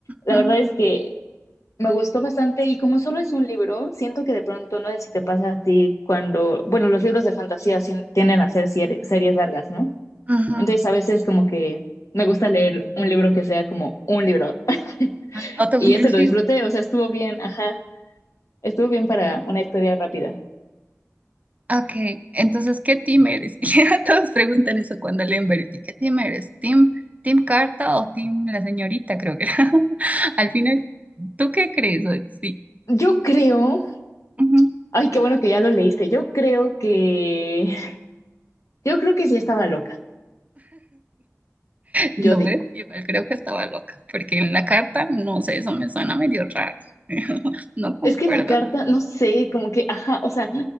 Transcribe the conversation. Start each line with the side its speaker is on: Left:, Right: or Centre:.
Left: La
Right: mm,
Left: verdad es que Me gustó bastante y como solo es un libro, siento que de pronto no sé si te pasa a ti cuando, bueno, los libros de fantasía sien- tienden a ser sier- series largas, ¿no?
Right: ujú.
Left: Entonces a veces como que me gusta leer un libro que sea como un libro <laughs>
Right: Autoconclusivo.
Left: y ese lo disfruté, o sea, estuvo bien, ajá, estuvo bien para una historia rápida.
Right: Ok, entonces, ¿qué team eres? <laughs> Y ya todos preguntan eso cuando leen Verity. ¿Qué team eres? ¿Team, team Carta o team la señorita? Creo que era. <laughs> Al final, ¿tú qué crees? Sí.
Left: Yo creo,
Right: Ujú.
Left: ay, qué bueno que ya lo leíste, yo creo que, <laughs> yo creo que sí estaba loca,
Right: No
Left: yo digo.
Right: ve, igual creo que estaba loca, porque en la carta, no sé, eso me suena medio raro. <laughs> No concuerda
Left: Es que la carta,
Right: tanto.
Left: no sé, como que, ajá, o sea,